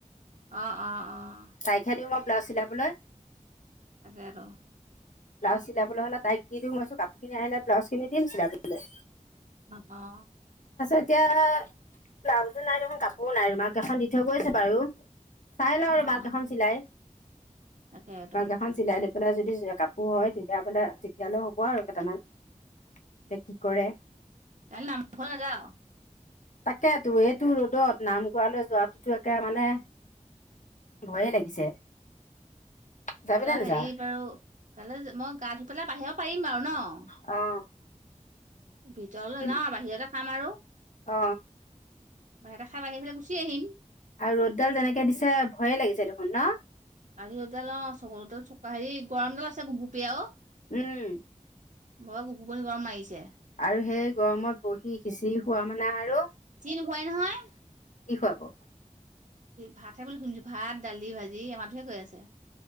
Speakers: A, on the right; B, on the left.
A: অঁ অঁ অঁ।
B: তাইকহে দিওঁ মই ব্লাউজ চিলাবলৈ।
A: তাকেটো।
B: ব্লাউজ চিলাবলৈ হ'লে তাইক দি দিম, ভাৱিছো কাপোৰখিনি আহিলে ব্লাউজ খিনি দিম চিলাবলৈ।
A: অ' অ'
B: এতিয়া ব্লাউজো নাই দেখোন কাপোৰো নাই ৰুমালকেইখন দি থৈ গৈছে বাৰু। চাই লওঁ
A: অ',
B: ৰুমালকেইখন
A: অ',
B: চিলাই
A: তাকেতো
B: এখন চিলাই লৈ পেলাই যদি কাপোৰ হয়। তেতিয়া বোলে তেতিয়ালে হ'ব আৰু কেইটামান এতিয়া কি কৰে?
A: কাইলৈ নামঘৰ নাযাও
B: তাকেতো এইটো ৰ'দত নামঘৰলৈ যোৱাটোতো একে মানে ভয়ে লাগিছে। যাবিনে
A: কাইলৈ
B: নেযাৱ
A: হেৰি বাৰু কাইলৈ মই গা ধুই পেলাই বাঢ়িব পাৰিম আৰু ন'।
B: অ'।
A: ভিতৰলৈ
B: কি
A: নাযাওঁ বাহিৰতে খাম আৰু।
B: অ
A: বাহিৰতে খাই, বাহিৰে বাহিৰে গুচি আহিম।
B: আৰু ৰ'দডাল যেনেকে দিছে ভয়ে লাগিছে দেখোন ন'।
A: আজি ৰ'দডাল অ' চকুতে চোকা হেৰি গৰমডাল আছে গোপ গোপীয়া অ'।
B: উম
A: বৰ গোপ গোপনী গৰম মাৰিছে।
B: আৰু সেই গৰমত বহি খিচিৰি খোৱা মানে আৰু।
A: <unintelligible>
B: কি খোৱাব?
A: ভাতহে বুলি শুনিছো। ভাত, দালি, ভাজি আমাৰটোহে কৈ আছে।